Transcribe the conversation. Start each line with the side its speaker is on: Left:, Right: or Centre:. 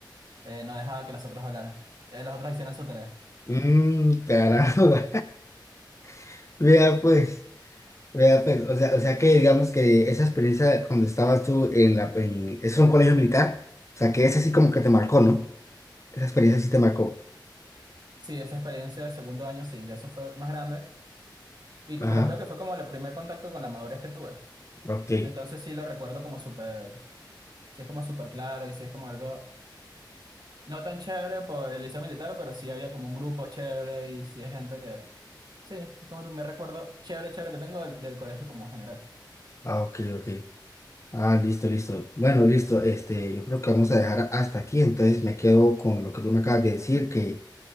Right: eh, no dejaba que los otros hablaran, eh, los otros hicieran su tarea.
Left: Mmm, caramba. <laughs> Vea pues. Vea, pues, o sea, o sea que digamos que esa experiencia cuando estabas tú en la, en, eso es un colegio militar, o sea que esa sí como que te marcó, ¿no? Esa experiencia sí te marcó.
Right: Sí, esa experiencia de segundo año, sí, ya eso fue más grande, y,
Left: Ajá,
Right: pero creo que fue como el primer contacto con la madurez que tuve.
Left: ok,
Right: Entonces, sí lo recuerdo como súper, sí es como súper claro y sí es como algo No tan chévere por el liceo militar, pero sí había como un grupo chévere y sí hay gente que... Sí, es como me recuerdo chévere, chévere que tengo del, del colegio como general. <laughs>
Left: ah, ok, ok. Ah, listo, listo. Bueno, listo, este, yo creo que vamos a dejar hasta aquí, entonces me quedo con lo que tú me acabas de decir, que